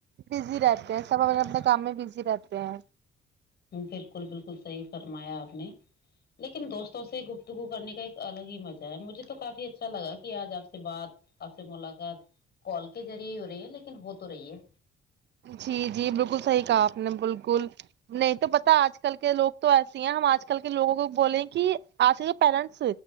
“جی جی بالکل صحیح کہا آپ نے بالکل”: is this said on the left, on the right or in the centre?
Right